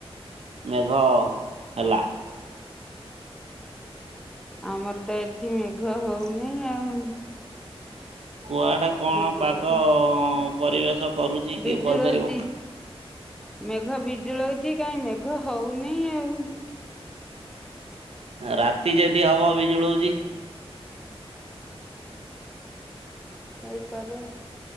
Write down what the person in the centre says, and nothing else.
ଆମର ତ ଏଠି ମେଘ ହଉନେଇ ଆଉ।
ବିଜୁଳଉଛି
ବିଜୁଳଉଛି
ମେଘ ବିଜୁଳଉଛି କାଇଁ ମେଘ ହଉନେଇ ଆଉ।
ହେଇପାରେ